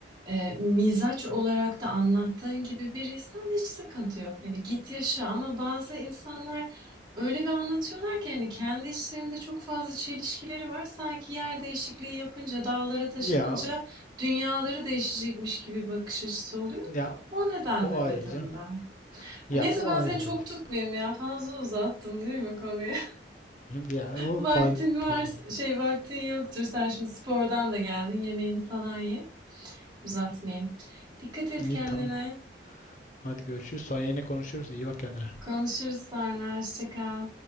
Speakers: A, on the right; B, on the left.
A: Ee, mizaç olarak da anlattığın gibi bir insan hiç sıkıntı yok. Hani git yaşa ama bazı insanlar öyle bir anlatıyorlar ki hani kendi içlerinde çok fazla çelişkileri var. Sanki yer değişikliği yapınca, dağlara taşınınca
B: Ya
A: dünyaları değişecekmiş gibi bir bakış açısı oluyor.
B: ya
A: O nedenle
B: o ayrı
A: dedim
B: canım.
A: ben.
B: Ya
A: Neyse
B: o
A: ben
B: ayrı
A: seni çok
B: tabii canım.
A: tutmayayım ya. Fazla uzattım değil mi konuyu?
B: Ya o
A: Vaktin
B: fa- problem.
A: var, şey vaktin yoktur. Sen şimdi spordan da geldin. Yemeğini falan ye. Uzatmayayım. Dikkat et
B: İyi
A: kendine.
B: tamam. Hadi görüşürüz. Sonra yine konuşuruz. İyi bak kendine.
A: Konuşuruz sonra. Hoşça kal.